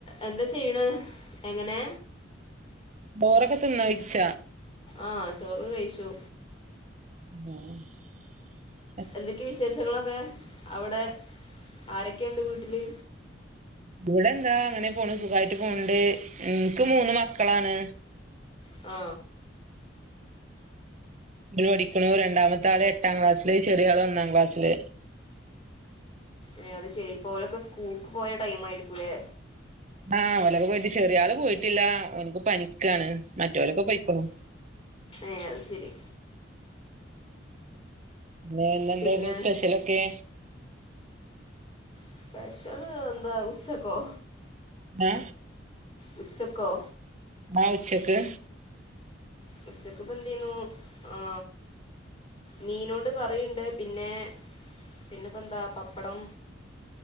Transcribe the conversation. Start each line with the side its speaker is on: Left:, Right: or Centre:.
Left: എന്താ ചെയ്ണ് എങ്ങനെ
Right: ബോറൊക്കെ തിന്നാ വിച്ച
Left: ആ ചോറ് കഴിച്ചു
Right: ആ
Left: എന്തൊക്കെയ വിശേഷങ്ങളൊക്കെ അവിടെ ആരൊക്കെയുണ്ട് വീട്ടില്
Right: ഇവിടെ എന്താ അങ്ങനെ പോണ് സുഖായിട്ട് പോണണ്ട് നിക്ക് മൂന്ന് മക്കളാണ്
Left: ആ
Right: എ പഠിക്ക രണ്ടാമത്തെ ആള് എട്ടാം ക്ലാസ്സില് ചെറിയ ആള് ഒന്നാം ക്ലാസ്സില്
Left: ഏ അത് ശെരിപ്പോലൊക്കെ സ്കൂൾക്ക് പോയ ടൈം ആയിരിക്കൂലേ
Right: ആ ഓനൊക്കെ പോയിട്ട് ചെറിയള് പോയിട്ടില്ല ഓനിക്ക് പനിക്കാണ് മറ്റൊരൊക്കെ പോയികുണു
Left: ഏ അത് ശരി
Right: ഇന്നെന്തേര്ന്നു
Left: പിന്നെ
Right: സ്പെഷ്യലൊക്കെ
Left: സ്പെഷല ന്ത ഉച്ചക്കോ
Right: ഏ
Left: ഉച്ചക്കോ
Right: ആ ഉച്ചക്ക്
Left: ഉച്ചക്ക്പ്പ എന്ത്യുന്നു ആ മീനോണ്ട് കറിയുണ്ട് പിന്നെ പിന്നെപ്പ ന്താ പപ്പടം